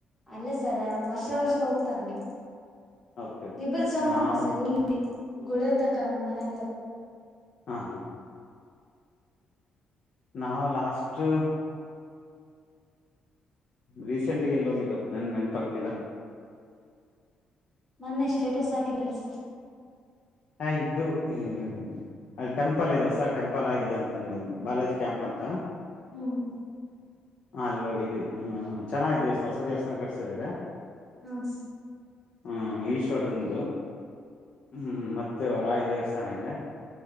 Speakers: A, in the centre; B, on the left.
A: ಅಲ್ಲೇ ಸರ್ ವರ್ಷ ವರ್ಷ ಹೋಗ್ತಾರ ಅಲ್ಲಿ
B: ಓಕೆ ಓಕೆ
A: <unintelligible> ಬಲ್ ಸೋಮಪ್ಪ
B: ನಾವು
A: ಸರ್ ಇಲ್ಲಿ ಗುಳಿಯತಕ ನಮ್ಮ್ ಮನೆ ದೇವ್ರು
B: ಹಾ ಹಾ ನಾವ್ ಲಾಸ್ಟ್ ರೀಸೆಂಟ್ಗ ಎಲ್ಲಿ ಹೋಗಿದ್ದ ನನ್ ನೆನಪಾಗ್ತಿಲ್ಲ
A: ಮೊನ್ನೆ ಸ್ಟೇಟಸ್ ಹಾಕಿದ್ರ ಸರ್
B: ಹ ಇದ್ದು ಹ್ಮ್ ಅಲ್ಲಿ ಟೆಂಪಲ್ ಇದೆ ಹೊಸ ಟೆಂಪಲ್ ಆಗಿದೆ ಅಂತಂದ್ರ ಬಾಲಾಜಿ ಕ್ಯಾಂಪ್ ಅಂತ
A: ಹ್ಞೂ
B: ಹ ಅಲ್ಲಿ ಹೋಗಿದ್ದಿ ಹ ಚೆನ್ನ <unintelligible> ದಿವಸ ಹೊಸ ದೇವಸ್ಥಾನ ಕಟ್ಸಿದ್ದಾರೆ
A: ಹ್ಮ್
B: ಹ್ಮ ಈಶ್ವರಂದು ಹ್ಮ್ ಮತ್ ಮತ್ತೆ ವರಾಯಿ ದೇವಸ್ಥಾನ ಇದೆ